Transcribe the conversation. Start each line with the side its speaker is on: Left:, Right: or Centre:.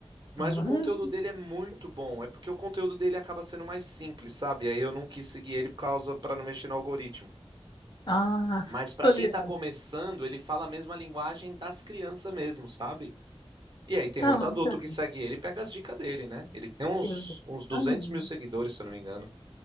Right: Mas
Left: Ah, maneiro.
Right: o conteúdo dele é muito bom, é porque o conteúdo dele acaba sendo mais simples, sabe? Aí eu não quis seguir ele por causa para não mexer no algoritmo.
Left: Ah,
Right: Mas
Left: <laughs>
Right: para
Left: tô
Right: quem
Left: ligado.
Right: tá começando, ele fala a mesma linguagem das crianças mesmo, sabe? E aí tem
Left: Cara,
Right: muito
Left: mas
Right: adulto
Left: você.
Right: que segue ele e pega as dicas dele, né? Ele tem uns,
Left: Exatamente.
Right: uns duzentos mil seguidores, se eu não me engano.